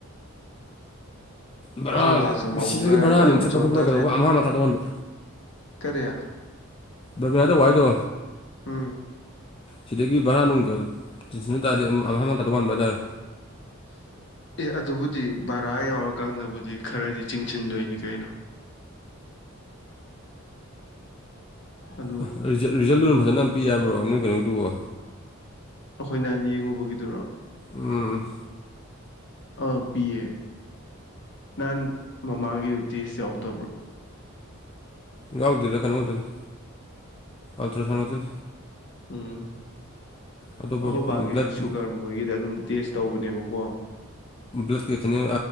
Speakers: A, on the left; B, on the left.
A: ꯕꯔꯥ
B: ꯑꯩꯈꯣꯏ ꯕꯥꯁꯨ
A: ꯁꯤꯗꯒꯤ
B: ꯃꯕꯨꯛ ꯀꯥꯔ
A: ꯕꯔꯥ
B: ꯂꯣꯏ
A: ꯅꯨꯡ ꯆꯠꯄ
B: ꯆꯣꯟꯊ
A: ꯈꯣꯠꯄ ꯀꯩꯗꯧꯕ ꯑꯃꯥꯡ ꯃꯊꯥ ꯇꯣꯡꯍꯟꯕ
B: ꯀꯔꯌꯥ
A: ꯕꯕꯤꯌꯥꯗꯚꯏꯗꯣ
B: ꯎꯝ
A: ꯁꯤꯗꯒꯤ ꯚꯔꯥ ꯅꯨꯡꯒ ꯆꯤꯟꯁꯤꯟꯕ ꯇꯥꯔꯗꯤ ꯑꯃ ꯑꯃꯇꯥ ꯇꯧ ꯋꯥꯥꯟꯕ ꯍꯥꯏꯇꯥꯔꯦ
B: ꯑꯦ ꯑꯗꯨꯕꯨꯗꯤ ꯚꯔꯥ ꯌꯥꯎꯔꯀꯥꯟꯗꯕꯨꯗꯤ ꯈꯔꯗꯤ ꯆꯤꯡꯁꯤꯟꯗꯣꯏꯅꯤ ꯀꯩꯅꯣ ꯑꯗꯨ
A: ꯑꯣ ꯔꯤꯖꯜꯗꯨꯨꯅ ꯐꯖꯅꯝ ꯄꯤ ꯌꯥꯕ꯭ꯔꯣ ꯅꯣꯏ ꯀꯩꯅꯣꯗꯨꯣ
B: ꯑꯩꯈꯣꯏꯅ ꯑꯅ ꯌꯦꯡꯉꯨꯕꯒꯤꯗꯨꯔꯣ
A: ꯎꯝ
B: ꯑꯥ ꯄꯤꯌꯦ ꯅꯍꯥꯟ ꯃꯃꯥꯒꯤ ꯔꯣꯇꯦꯖ ꯌꯥꯎꯗꯕ꯭ꯔꯣ
A: ꯌꯎꯗꯗ ꯀꯩꯅꯃꯣꯏꯅꯤ ꯑꯜꯇ꯭ꯔꯥꯁꯥꯎꯟ ꯑꯣꯏꯗꯤ
B: ꯎꯝ
A: ꯑꯇꯣꯞꯄ
B: ꯑꯩꯈꯣꯏ ꯕꯥꯒꯤꯁꯨ
A: ꯕ꯭ꯂꯠꯀꯤ
B: ꯁꯨꯒꯔ ꯃꯣꯏꯒꯤꯗ ꯑꯗꯨꯝ ꯇꯦꯁ ꯇꯧꯕꯅꯦꯕꯀꯣ
A: ꯭ꯂꯛ ꯀꯦꯅꯦ꯭ꯂ